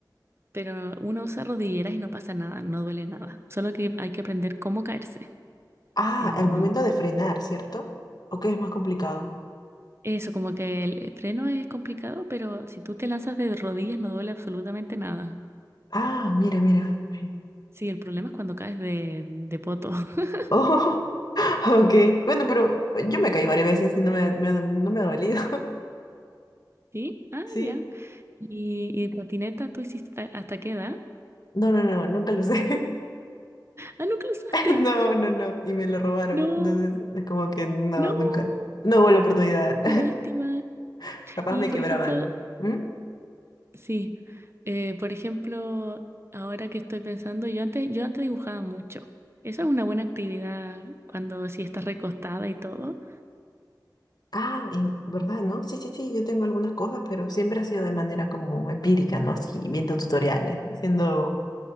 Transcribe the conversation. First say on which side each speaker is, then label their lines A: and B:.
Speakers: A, on the right (about 35°); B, on the left (about 60°).
A: pero uno usa rodilleras y no pasa nada, no duele nada. Solo que hay que aprender cómo caerse.
B: Ah,
A: Em,
B: al momento de frenar, ¿cierto? ¿O qué es más complicado?
A: eso, como que el freno es complicado, pero si tú te lanzas de rodillas no duele absolutamente nada.
B: Ah, mira, mira. Ay.
A: Sí, el problema es cuando caes de, de poto. <laughs>
B: Oh, <laughs> ok. Bueno, pero yo me caí varias veces y no me, me ha- no me ha dolido.
A: ¿Sí? Ah,
B: <laughs>
A: ya.
B: ¿Sí?
A: ¿Y, y patineta tú hiciste ta- hasta qué edad?
B: No, no, no, nunca lo usé.
A: Ah, nunca lo usaste.
B: <laughs> No, no, no. Y me lo robaron.
A: No,
B: Entonces, es como que no,
A: no,
B: nunca. No hubo la oportunidad.
A: qué lástima.
B: <laughs> Capaz
A: Y
B: me
A: por
B: quebraba
A: ejemplo,
B: algo. ¿Mm?
A: sí, eh, por ejemplo, ahora que estoy pensando, yo antes, yo antes dibujaba mucho. Esa es una buena actividad cuando si estás recostada y todo.
B: Ah, en verdad, ¿no? Sí, sí, sí, yo tengo algunas cosas, pero siempre ha sido de manera como empírica, ¿no? Así, viendo tutoriales, haciendo,